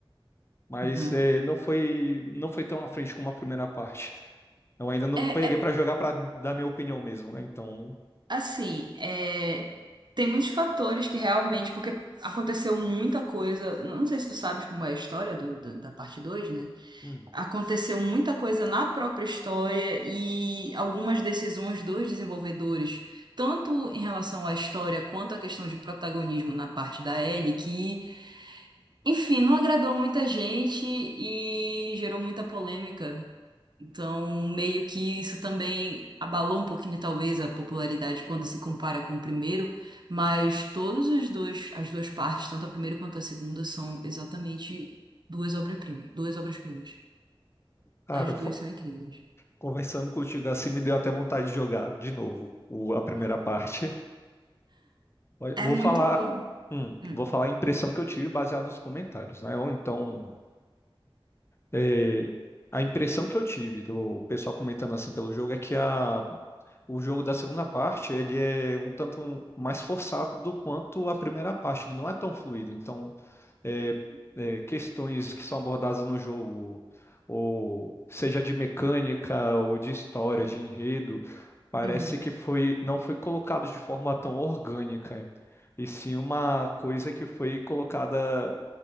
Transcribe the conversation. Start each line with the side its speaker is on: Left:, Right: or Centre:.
Left: mas
Right: Uhum.
Left: eh, não foi, não foi tão à frente como a primeira parte. Eu ainda não
Right: É,
Left: peguei
Right: é
Left: pra jogar pra dar minha opinião mesmo, né? Então,
Right: assim, é, tem muitos fatores que realmente, porque aconteceu muita coisa. Não sei se tu sabes como é a história do, da, da parte dois né?
Left: hum.
Right: aconteceu muita coisa na própria história e algumas decisões dos desenvolvedores, tanto em relação à história quanto à questão de protagonismo na parte da Ellie, que, enfim, não agradou muita gente e gerou muita polêmica. Então, meio que isso também abalou um pouquinho, talvez, a popularidade quando se compara com o primeiro, mas todos os dois, as duas partes, tanto a primeira quanto a segunda, são exatamente duas obras-primas, duas obras-primas.
Left: Cara,
Right: As duas são incríveis.
Left: Conversando contigo assim, me deu até vontade de jogar de novo o- a primeira parte. Olha,
Right: É
Left: Vou
Right: muito
Left: falar,
Right: bom.
Left: hum,
Right: Hum,
Left: vou falar a impressão que eu tive baseado nos comentários, né? Ou então, é, a impressão que eu tive do pessoal comentando assim pelo jogo é que a o jogo da segunda parte, ele é um tanto mais forçado do quanto a primeira parte. Ele não é tão fluido. Então, é, é, questões que são abordadas no jogo, ou seja de mecânica, ou de história, de enredo, parece
Right: uhum.
Left: que foi, não foi colocado de forma tão orgânica. E sim uma coisa que foi colocada,